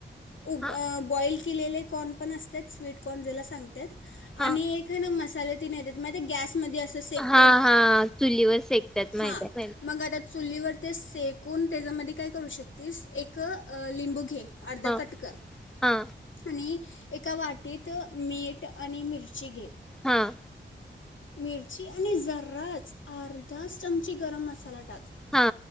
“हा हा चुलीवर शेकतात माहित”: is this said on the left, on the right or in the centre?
Centre